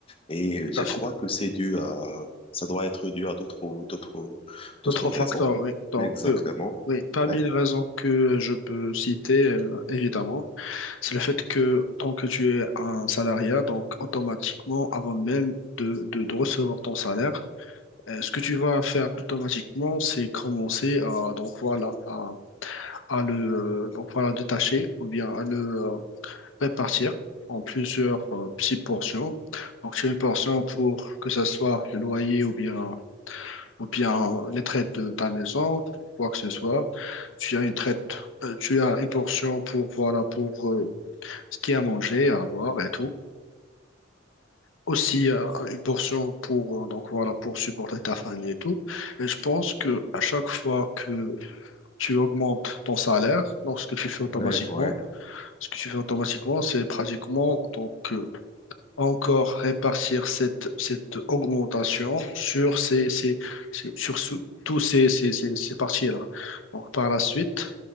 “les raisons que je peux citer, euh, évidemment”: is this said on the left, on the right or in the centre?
Left